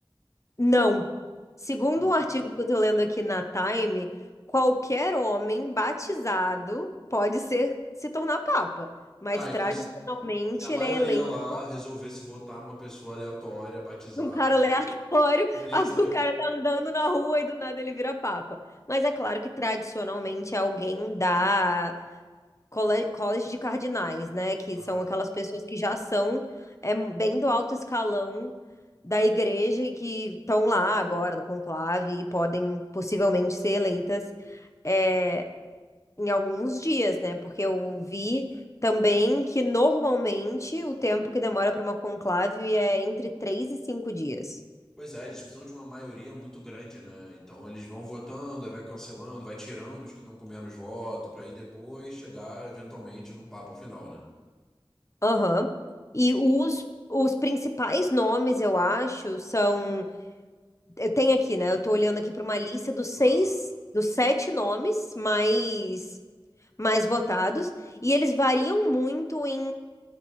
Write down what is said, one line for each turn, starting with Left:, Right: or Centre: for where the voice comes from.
Left: não, segundo
Centre: Ah,
Left: um artigo que eu tô lendo aqui na Time, qualquer homem batizado pode ser se tornar papa, mas
Centre: Ah,
Left: tradicionalmente
Centre: então se se a maioria
Left: ele é eleito
Centre: lá resolvesse votar numa pessoa aleatória, batizada.
Left: um cara aleatório,
Centre: Poderia
Left: <laughs> a- o
Centre: ser.
Left: cara tá andando na rua e do nada ele vira papa. Mas é claro que tradicionalmente é alguém da cole- College de Cardinais, né? Que
Centre: Aham.
Left: são aquelas pessoas que já são é, bem do alto escalão da igreja e que estão lá agora no conclave e podem possivelmente ser eleitas é, em alguns dias, né? Porque eu vi. Também que normalmente o tempo que demora para uma conclave é entre três e cinco dias.
Centre: Pois é, eles precisam de uma maioria muito grande, né? Então eles vão votando, aí vai cancelando, vai tirando os que estão com menos voto, para aí depois chegar eventualmente num papo final, né?
Left: Aham. E os, os principais nomes, eu acho, são. Eu tenho aqui, né? Eu tô olhando aqui para uma lista dos seis,
Centre: Claro.
Left: dos sete nomes mais, mais votados. E eles variam muito em,